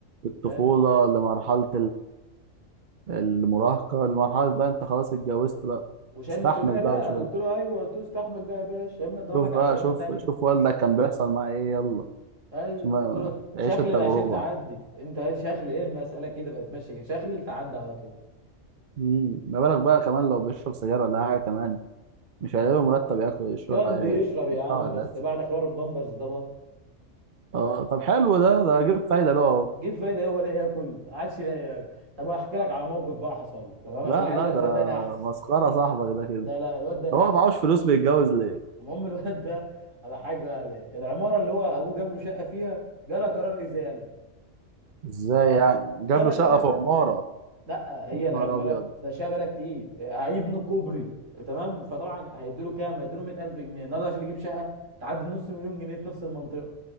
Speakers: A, on the right; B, on the right.
A: الطفوله
B: فاهم.
A: لمرحله المراهقة المرحلة بقى انت خلاص اتجوزت بقى
B: وشايل
A: استحمل
B: مسؤوليه بقى
A: بقى وشوف
B: قلت له ايوه قلت له استحمل بقى يا باشا يا اما ادور
A: شوف
B: لك على
A: بقى
B: شغلانه
A: شوف
B: تانية
A: شوف والدك كان بيحصل معاه ايه يلا
B: ايوه
A: عشان ما-
B: قلت له شخلل
A: عيش التجربة
B: عشان تعدي انت شخلل ايه اما اسالك كده بقى تمشي كده، شخلل تعدي على طول
A: مم. ما بالك بقى كمان لو بيشرب سجاير ولا حاجة كمان مش هيلاقي مرتب ياكل يشرب
B: كان بيشرب يا
A: يدفعه
B: عم
A: اساسا
B: بس بعد حوار البامبرز ده بط
A: اه طب حلو ده ده جيب فايدة له اهو
B: جيب فايده ايه ولا ياكل ما عادش لاقي ياكل طب احكي لك على موقف بقى حصل له تمام
A: لا
B: عشان العيل
A: لا
B: الواد
A: ده
B: ده انا احسن
A: مسخرة صاحبك ده كده
B: ده لا الواد ده انا
A: طب هو
B: احسن
A: معهوش فلوس بيتجوز ليه؟
B: المهم الواد ده على حاجه قال ايه العماره اللي هو ابوه جاب له شقه فيها جالها قرار ازاله
A: ازاي يعني؟ جاب
B: جالها
A: له شقة
B: قرار ازاله
A: في عمارة
B: لا هي
A: يا
B: العماره
A: نهار ابيض
B: ده شبكه كتير هيبنوا كوبري تمام فطبعا هيدوا له كام هيدوا له 100000 جنيه النهارده عشان نجيب شقه تعدي نص مليون جنيه في نفس المنطقه